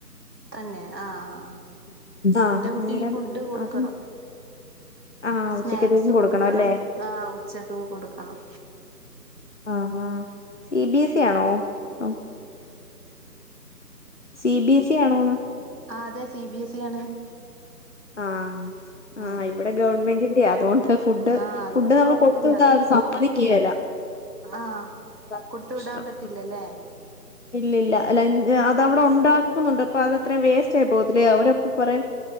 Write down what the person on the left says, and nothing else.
ആഹ്
അന്നേരം
അതും ആഹ്
ഉച്ചക്കത്തേക്കും
അല്ലേ
ആഹ് സി ബിഎസി ആണോ അപ്പം സി ബിഎസ് ഇ ആണോന്ന്
ആ ആ
ഇവിടെ ഗവൺമെന്റി ൻ്റെയാ അതൊ അ ഫുഡ്
ഫുഡ് നമ്മള്
കൊടുത്തു വിട്ടാ സമ്മതിക്കുകേല്ല
അതാ
പ്രശ്നം
ഇല്ലല്ല അല്ല ലൻ അതവിടെ ഉണ്ടാക്കുന്നുണ്ട് അപ്പൊ അതത്രയും വേസ്റ്റ് ആയി പോവത്തില്ലേ അവരപ്പൊ പറയും